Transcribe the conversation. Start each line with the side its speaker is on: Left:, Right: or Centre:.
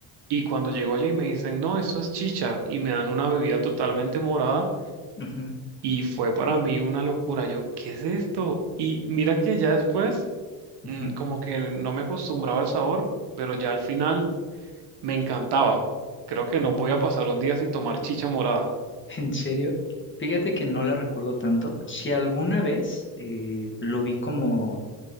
Right: Y cuando llego allí me dicen, no, esto es chicha y me dan una bebida totalmente morada.
Left: ujú,
Right: Y fue para mí una locura. Yo, ¿qué es esto? Y mira que ya después,
Left: ujú,
Right: mm, como que no me acostumbraba al sabor, pero ya al final me encantaba. Creo que no
Left: ujú.
Right: podía
Left: <laughs>
Right: pasar un día sin tomar chicha morada.
Left: ¿En serio? Fíjate que no la recuerdo tanto. Si alguna vez eh, lo vi como,